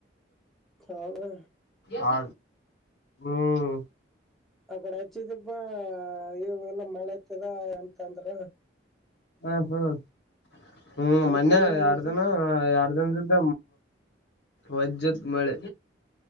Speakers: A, in the centre; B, on the left (about 65°).
A: ಹೌದಾ
B: ಹ ಹ್ಮ್
A: ಕಡೆ ಹಚ್ಚಿದಿಬಾ ಇವುಲ್ಲ ಮಳೆ ಇತದ ಎಂತ ಅಂದ್ರ
B: ಹ ಹ್ಮ್ ಹ್ಮ್
A: ಅದಕ್ಕೆ
B: ಮೊನ್ನೆ
A: ನಿನಗ
B: ಎರ್ದಿನ
A: ಹಚ್ಚಿದ್
B: ಪ್ರ ಸ್ದ ಮಜ್ಜದ ಮಾಡೆ